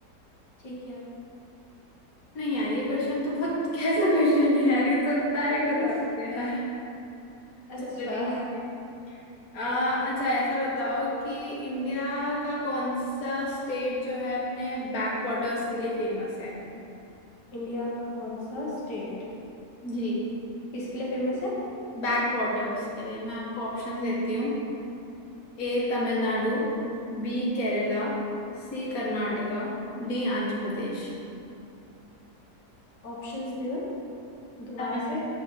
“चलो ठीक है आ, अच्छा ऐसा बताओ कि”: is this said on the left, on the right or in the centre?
Left